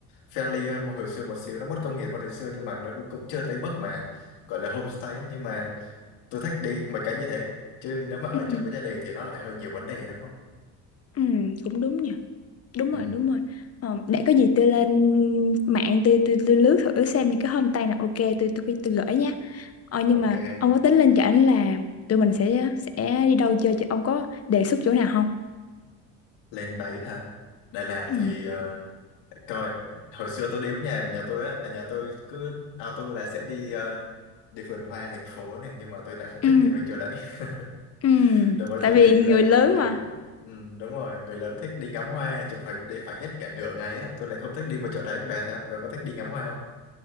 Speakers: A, on the left; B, on the left.
A: friendly hơn một hồi xưa một xíu nó bất công nghiệp hơn hồi xưa nhưng mà nó cũng, cũng chưa tới mức mà gọi là homestay ấy, nhưng mà tôi thích đi mấy cái như thế chứ nếu mà ở
B: ừ
A: chung với gia đình thì nó lại hơi nhiều vấn đề đúng không
B: Ừ, cũng đúng nhỉ. Đúng
A: ừ.
B: rồi, đúng rồi. Ờ, để có gì tôi lên mạng tôi tôi tôi lướt thử xem những cái homestay nào ok tôi tôi tôi gửi nha. Ờ, nhưng
A: ok
B: mà ông có tính lên cho trển là tụi mình sẽ sẽ đi đâu chơi chứ ông có đề xuất chỗ nào không?
A: lên đấy hả Đà Lạt
B: Ừ.
A: thì ờ, để coi hồi xưa tôi đi với nhà nhà tôi á là nhà tôi cứ auto là sẽ đi ờ, đi vườn hoa thành phố này nhưng mà tôi lại không thích
B: Ừ.
A: đi mấy chỗ đấy
B: Ừ.
A: <laughs> đối với
B: Tại
A: tôi
B: vì
A: đi
B: người
A: là
B: lớn
A: vì
B: mà
A: bị ừ, đúng rồi người lớn thích đi ngắm hoa chụp hình đi phải hết cả nửa ngày á tôi lại không thích đi mấy chỗ đấy bà sao bà có thích đi ngắm hoa không